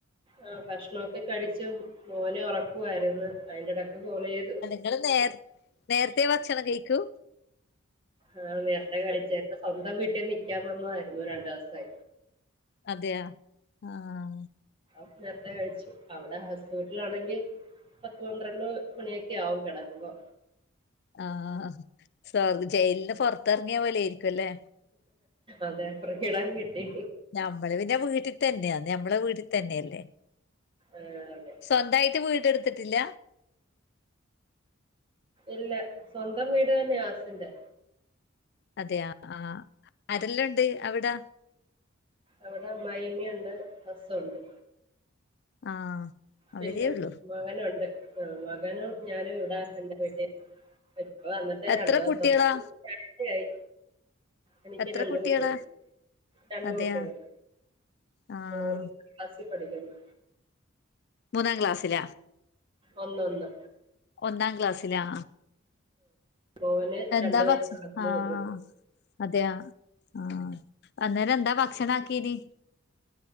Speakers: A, on the right (about 25°); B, on the left (about 50°).
A: ആ ഭക്ഷണൊക്കെ കഴിച്ചു മോനെ ഉറക്കുവായിരുന്നു അയ്ന്റെ ടക്ക് കോളെയ് താ
B: ങ്ങൾ നേർ നേരത്തെ ഭക്ഷണം കഴിക്കൊ
A: ആഹ് നേര്ത്തെ കഴിച്ച് എന്റെ സ്വന്തം വീട്ടിൽ നിൽക്കാൻ വന്നതായിരുന്നു രണ്ടു ദിവസെ
B: അതെയ ആഹ്
A: അപ്പ നേര്ത്തെ കഴിച്ചു അവിടെ ഹസ് വീട്ടിലാണെങ്കി പത്ത് പന്ത്രണ്ട് മണിയൊക്കെ ആവും കെടക്കുമ്പൊ
B: ആഹ് സ്വാദ് ജയിൽന്ന് പൊർത്തെറങ്ങിയ പോലെ ആയിരിക്കുംല്ലേ
A: അതെ ഫ്രീഡം കിട്ടി
B: ഞമ്മള് പിന്നെ വീട്ടി തന്നെയാ ഞമ്മളെ വീട്ടിൽ തന്നെയല്ലേ
A: ആഹ് അതെ
B: സ്വന്തായിട്ട് വീടെടുത്തിട്ടില്ല
A: ഇല്ല സ്വന്തം വീട് തന്നെയ ഹസിന്റെ
B: അതെയ ആഹ് അരെല്ല ണ്ട് അവിടെ
A: അവിടെ അമ്മായിമ്മ്യുണ്ട് ഹസുണ്ട്.
B: ആഹ്. അവരേ
A: പിന്നെ
B: ഉള്ളൂ
A: മകനുണ്ട് മകനും ഞാനും ഇവിടെ എന്റെ വീട്ടി പ്പവന്നിട്ട്
B: എത്ര
A: രണ്ട് ദിവസംക്കയായി.
B: കുട്ടികളാ
A: എനിക്ക്
B: എത്ര
A: രണ്ട്
B: കുട്ടികളാ
A: കുട്ടികള് രണ്ട്
B: അതെയാ
A: കുട്ടികള്
B: ആഹ്
A: മോ അസി പഠിക്കുന്നു.
B: മൂന്നാം ക്ലാസ്സിലാ.
A: ഒന്ന് ഒന്ന്
B: ഒന്നാം ക്ലാസ്സിലാ.
A: മോന്
B: എന്താ
A: രണ്ട് വയസ്സാകുന്നേ
B: വച് ആഹ.
A: ഉള്ളൂ
B: അതെയ ആ അന്നേരം എന്താ ഭക്ഷണ ആക്കീത്.